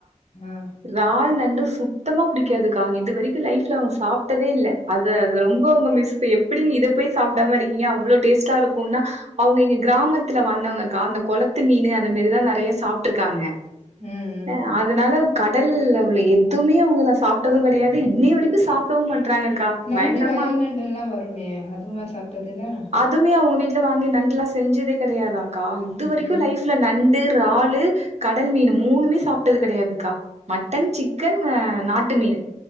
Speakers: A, on the left; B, on the right.
A: ம்
B: இறால் நண்டு சுத்தமா புடிக்காதுக்கா இது வரைக்கு லைஃப்ல அவுங்க சாப்டதே இல்ல அது அது ரொம்ப அவுங்க மிஸ் இப்ப எப்பிடிங்க இதப் போய் சாப்டாம இருக்கீங்க அவ்ளோ டேஸ்டா இருக்குன்னா அவுங்க இங்க கிராமத்துல வாழ்ந்தவங்கக்கா அந்த கொளத் குளத்து மீனு அத மாரிதா நெறைய சாப்ட்டுருக்காங்க
A: ம்
B: அ அதனாலப் கடல்ல உள்ள எதுமே அவுங்கள சாப்டது கெடையாது இன்னைய வரைக்கு சாப்டவு மாட்றாங்கக்கா
A: நண்டு
B: பயங்கரமா
A: வயல் நண்டுல்லா வருமே அதுவுமா சாப்ட்டதில்ல
B: அதுமே அவுங்க வீட்ல வாங்கி நண்டுல்லா செஞ்சதே கெடையாதாங்கா இது
A: ம்.
B: வரைக்கு லைஃப் நண்டு இறாலு கடல் மீனு மூனுமே சாப்ட்டது கெடையாதுக்கா மட்டன் சிக்கன் ஆ நாட்டு மீனு